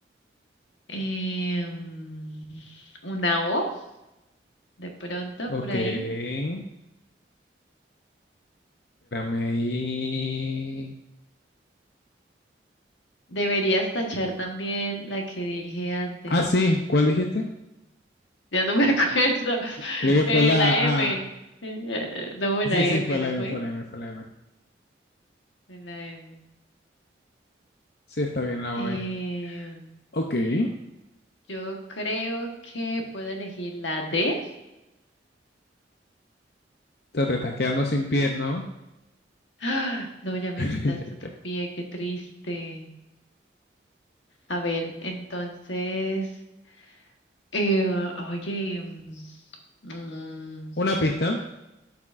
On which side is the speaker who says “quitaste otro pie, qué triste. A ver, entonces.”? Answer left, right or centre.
Left